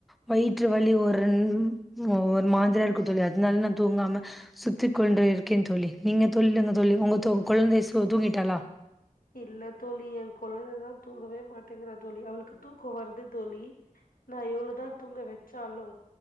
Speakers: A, in the centre; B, on the left.
A: வயிற்று வலி ஒரு ரெண் ஒரு மாதிரியா இருக்கு தோழி அதனால நா தூங்காம சுத்திக் கொண்டு இருக்கே தோழி நீங்க தொல்லுங்க தோழி ஒங்க தொ கொழந்தை சு தூங்கிட்டாளா
B: இல்ல தோழி எ கொழந்த தா தூங்கவே மாட்டேங்கிறா தோழி அவளுக்கு தூக்கோ வருது தோழி நா எவ்ள தா தூங்க வெச்சாலு